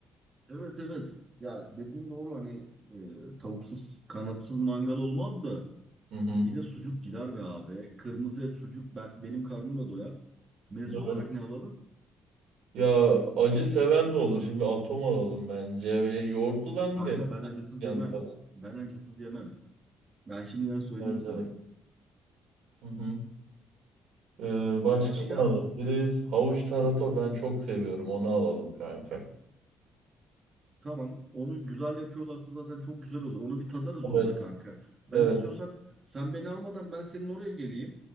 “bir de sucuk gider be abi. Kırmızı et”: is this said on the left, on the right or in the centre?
Right